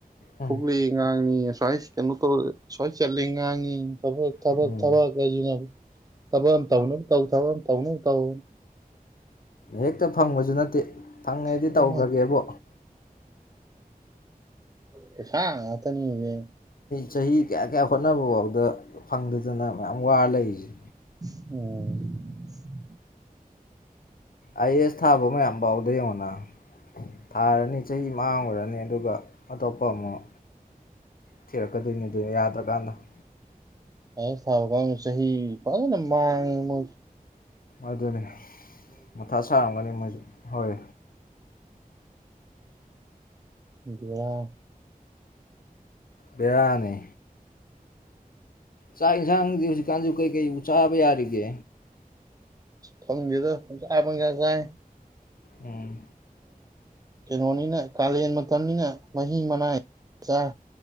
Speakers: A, on the left (about 70°); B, on the right (about 25°).
A: ꯎꯝ
B: ꯊꯣꯛꯂꯛ ꯉꯥꯡꯉ ꯁ꯭ꯋꯥꯏ ꯀꯩꯅꯣ ꯇꯧꯔꯦ ꯁ꯭ꯋꯥꯏ ꯆꯠꯂꯦ ꯉꯥꯡꯉꯤ ꯇꯕ ꯇꯕ
A: ꯎꯝ
B: ꯇꯕ ꯀꯖꯅꯕ ꯇꯕ ꯑꯟ ꯇꯧꯅ ꯇꯧ ꯊꯥꯎ ꯑꯟ ꯇꯧꯅ ꯇꯧ
A: ꯍꯦꯛꯇ ꯐꯪꯕꯁꯨ ꯅꯠ ꯐꯪꯉꯦꯗꯤ
B: ꯑꯗꯨꯝ
A: ꯇꯧꯈ꯭ꯔꯒꯦꯕꯣ꯫
B: ꯄꯩꯁꯥ ꯉꯛꯇꯅꯤ ꯍꯧꯖꯤꯛ꯫
A: ꯆꯍꯤ ꯀꯌꯥ꯫ ꯀꯌꯥ ꯍꯣꯠꯅꯕꯐꯥꯎꯗ ꯐꯪꯗꯗꯅ꯫ ꯌꯥꯝ ꯋꯥ ꯂꯩꯔꯤꯁꯦ꯫
B: ꯎꯝ꯫
A: ꯑꯥꯏꯑꯦꯁ ꯊꯥꯕ ꯃꯌꯥꯝ ꯐꯥꯎꯗ ꯌꯦꯡꯉꯣꯅ꯫ ꯊꯥꯔꯅꯤ ꯆꯍꯤ ꯃꯥꯡꯉꯨꯔꯥ ꯅꯤ ꯑꯗꯨꯒ ꯑꯇꯣꯞꯄ ꯑꯃꯨꯛ꯫ ꯊꯤꯔꯛꯀꯗꯣꯏꯅꯤ ꯗꯨꯅꯤ ꯌꯥꯗ꯭ꯔꯀꯥꯟꯗ ꯫
B: ꯑꯥꯏꯑꯦꯁ ꯊꯥꯕꯀꯥꯡꯒꯨ ꯆꯍꯤ ꯐꯖꯟꯅ ꯃꯥꯡꯉꯦ ꯃꯣꯏꯖꯤ꯫
A: ꯑꯗꯨꯅꯦ꯫ ꯃꯊꯥ ꯁꯥꯔꯝꯒꯅꯤ ꯃꯣꯏꯁꯨ ꯍꯣꯏ꯫
B: ꯕꯦꯔꯅꯦ꯫
A: ꯕꯦꯔꯅꯦ꯫ ꯆꯥꯛ ꯌꯦꯟꯁꯥꯡꯗꯤ ꯍꯧꯖꯤꯛꯀꯥꯟꯁꯤꯕꯨ ꯀꯩꯀꯩ ꯆꯥꯕ ꯌꯥꯔꯤꯒꯦ꯫
B: ꯈꯪꯒꯦꯗ ꯄꯨꯡꯆꯥ ꯄꯨꯡꯆꯥ ꯆꯥꯏ꯫
A: ꯎꯝ꯫
B: ꯀꯩꯅꯣꯅꯤꯅ ꯀꯥꯂꯦꯟ ꯃꯇꯝꯅꯤꯅ ꯃꯍꯤ ꯃꯅꯥꯏ ꯆꯥꯢ꯫